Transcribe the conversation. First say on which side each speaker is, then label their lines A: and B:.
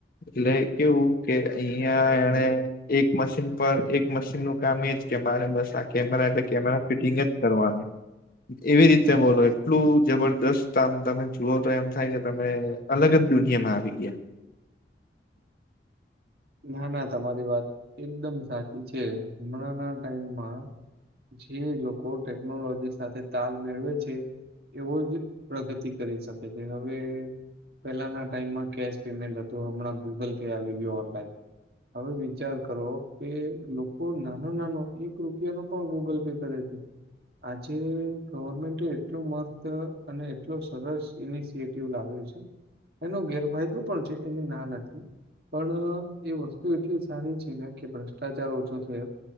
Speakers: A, on the left; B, on the right.
A: એટલે કેવું કે અહિયાં એને એક મશીન પર એક મશીનનું કામ એજ કે મારે બસ તા કેમરા પે કેમેરા ફિટિંગ જ કરવાનું. એવી રીતે બોલો એટલું જબરદસ્ત આમ તમે જુઓ તો એમ થાય કે તમે અલગ જ દુનિયામાં આવી ગયા.
B: ના ના તમારી વાત એકદમ સાચી છે. હમણાં ના ટાઈમમાં જે લોકો ટેકનોલોજી સાથે તાલ મેળવે છે, એવો જ પ્રગતિ કરી શકે છે હવે પહેલાના ટાઈમમાં કેશ પેમેન્ટ હતું હમણાં ગૂગલ પે આવી ગયો ઓનલાઈન હવે વિચાર કરવો કે લોકો નાનો નાનો એક રૂપિયાનો પણ ગૂગલ પે કરે છે. આજે ગવર્મેન્ટ એટલો મસ્ત અને એટલો સરસ ઇનિશિયટિવ લાવ્યો છે એનો ગેરફાયદો પણ છે એને ના નથી પણ એ વસ્તુ એટલી સારી છે ને કે ભ્રષ્ટાચાર ઓછો થયો